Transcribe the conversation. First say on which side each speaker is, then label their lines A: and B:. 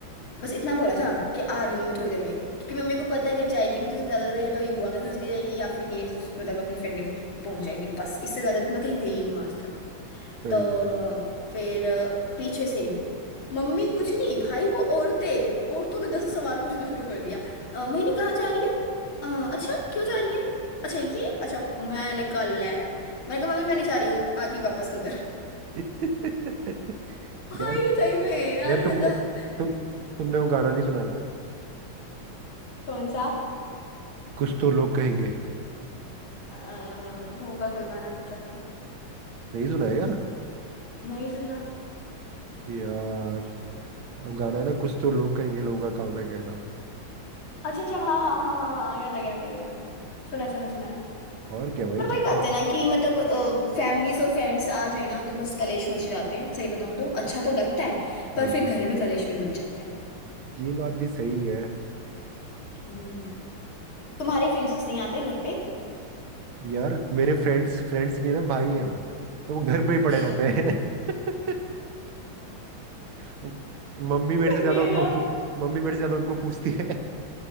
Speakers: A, on the left; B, on the right.
A: बस इतना बोला था कि आ रही हूँ मम्मी थोड़ी देर में क्योंकि मम्मी को पता है अगर जाएगी भी तो ज्यादा या तो ये बुआ के घर चली जाएगी या फिर ये मतलब अपनी फ्रेंड के घर पहुंच जाएगी बस इससे ज्यादा तो मैं कहीं गई नहीं हूँ आज तक
B: सही
A: तो फिर अ, पीछे से मम्मी कुछ नहीं भाई वो औरतें औरतों ने दस सवाल पूछना शुरू कर दिया "अ, मोहिनी कहाँ जा रही है "अ, अच्छा क्यों जा रही है अच्छा ये अच्छा वो मैंने कहा ले मैंने कहा मम्मी मैं नहीं जा रही हूँ आ गई वापस अंदर
B: है। <laughs>
A: <laughs> भाई
B: यार
A: ये सही में यार
B: यार तुमने
A: मतलब
B: तुम तुमने वो गाना नहीं सुना है क्या
A: कौन सा
B: कुछ तो लोग कहेंगे
A: अ, होगा कोई गाना पता नहीं
B: नहीं सुना है क्या
A: नहीं सुना
B: यार अब गाना है ना कुछ तो लोग कहेंगे लोगों का काम है कहना
A: अच्छा अच्छा हाँ हाँ हाँ हाँ हाँ याद आ गया आ गया आ गया सुना है सुना है, सुना है
B: और क्या भाई
A: पर वही
B: चुपचाप
A: बात है ना कि मतलब फैमिलीज और फ्रेंड्स आ जाए ना तो बस कलेश मच जाते हैं सही बताऊं तो अच्छा तो लगता है पर
B: हाँ
A: फिर घर में कलेश भी मच जाते हैं
B: ये बात भी सही है
A: हम्म तुम्हारे फ्रेंड्स नहीं आते घर पे
B: यार मेरे फ्रेंड्स फ्रेंड्स नहीं है ना भाई हैं वो तो वो घर पे ही पड़े
A: <laughs>
B: रहते हैं <laughs> मम्मी मेरे
A: सही
B: से ज्यादा
A: है
B: उनको
A: यार
B: मम्मी मेरे से ज्यादा उनको पूछती है